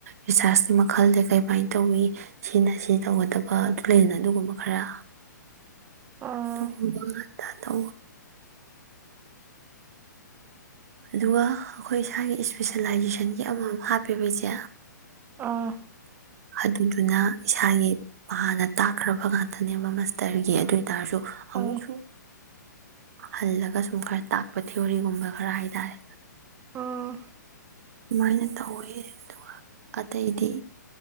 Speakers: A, on the right; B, on the right.
A: ꯔꯤꯁꯥꯔꯁꯀꯤ ꯃꯈꯜꯁꯦ ꯀꯩꯃꯥꯏꯅ ꯇꯧꯋꯤ ꯁꯤꯅ ꯁꯤ ꯇꯧꯒꯗꯕ ꯑꯗꯨ ꯂꯩꯗꯅ ꯑꯗꯨꯒꯨꯝꯕ ꯈꯔ
B: ꯑꯥ
A: ꯇ ꯍ ꯥꯟ ꯇ ꯑꯗꯨꯒ ꯑꯩꯈꯣꯏ ꯏꯁꯥꯒꯤ ꯏꯁꯄꯤꯁꯦꯂꯥꯏꯖꯦꯁꯟꯒꯤ ꯑꯃꯃꯝ ꯍꯥꯞꯄꯤꯕꯩꯁꯦ
B: ꯑꯥ
A: ꯑꯗꯨꯗꯨꯅ ꯏꯁꯥꯒꯤ ꯍꯥꯟꯅ ꯇꯥꯛꯈ꯭ꯔꯕ ꯉꯥꯛꯇꯅꯦꯕ ꯃꯁꯇꯔꯒꯤ ꯑꯗꯨ ꯇꯥꯔꯁꯨ ꯑꯃꯨꯛꯁꯨꯨꯝ
B: ꯑꯥ
A: ꯍꯜꯂꯒ ꯁꯨꯝ ꯈꯔ ꯇꯥꯛꯄ ꯊꯤꯑꯣꯣꯔꯤꯒꯨꯝꯕ ꯈꯔ ꯍꯥꯏ ꯇꯔꯦ
B: ꯎꯝ
A: ꯑꯗꯨꯃꯥꯏꯅ ꯇꯧꯋꯤ ꯑꯗꯨꯒ ꯑꯇꯩꯗꯤ